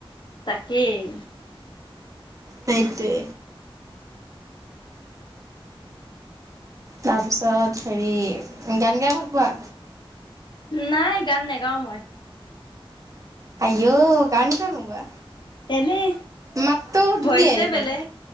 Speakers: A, on the left (about 50°); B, on the right (about 35°).
A: তাকেই।
B: সেইটোৱে। তাৰপিছত হেৰি, গান গাই ভাল পোৱা?
A: নাই, গান নোগাওঁ মই।
B: আয়', গান কিয় নোগোৱা?
A: এনেই
B: মাতটো ধুনীয়াাই
A: ভইচে
B: দেখোন।
A: বেলেগ